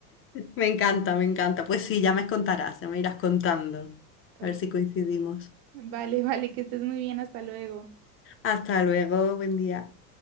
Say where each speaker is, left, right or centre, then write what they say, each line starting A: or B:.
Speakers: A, on the left (about 25°); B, on the right (about 65°).
A: Me encanta, me encanta. Pues sí, ya me contarás, ya me irás contando.
B: Ok,
A: A ver si coincidimos.
B: Vale, vale, que estés muy bien, hasta luego.
A: Hasta luego, buen día.